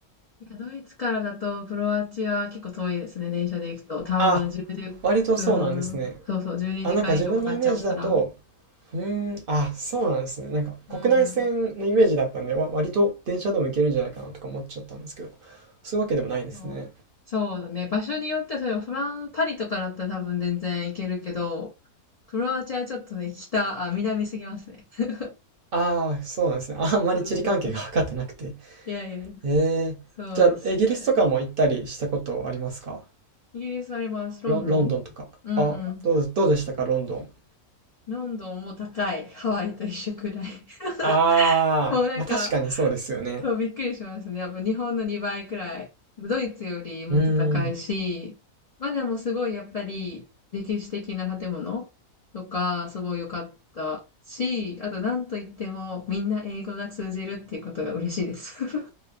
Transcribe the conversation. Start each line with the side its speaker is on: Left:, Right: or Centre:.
Left: いや、ドイツからだとクロアチア結構遠いですね、電車で行くと。多分10、
Right: あ、割とそうなんですね。
Left: うん、そうそう、12時間以上かかっちゃうから。
Right: あ、なんか自分のイメージだと、うーん、あ、そうなんですね。なんか国内線のイメージだったんで、
Left: うん、
Right: わ割と電車でも行けるんじゃないかなとか思っちゃったんですけど、そういうわけでもないですね。
Left: そう。そうだね。場所によっては、それフラン、パリとかだったら多分全然行けるけど、クロアチアはちょっとね、北、あ、南すぎますね。<laughs>
Right: ああ、そうなんですね。あんまり地理関係が分かってなくて。
Left: そうそう。いやいや、
Right: ええ、
Left: そうですね。
Right: じゃあ、イギリスとかも行ったりしたことありますか
Left: イギリスあります。ロンドンうんうん。
Right: ロ、ロンドンとか。あ、どうで、どうでしたか、ロンドン。
Left: ロンドンも高い。ハワイと一緒くらい。<laughs>
Right: ああ、
Left: もうなんか、
Right: まあ確かにそうですよね。
Left: そう、びっくりしましたね。やっぱ日本の2倍くらい。ドイツよりもっと高いし、
Right: うーん。
Left: まあでもすごいやっぱり歴史的な建物とかすごい良かったし、あとなんといってもみんな英語が通じるっていうことが嬉しいです。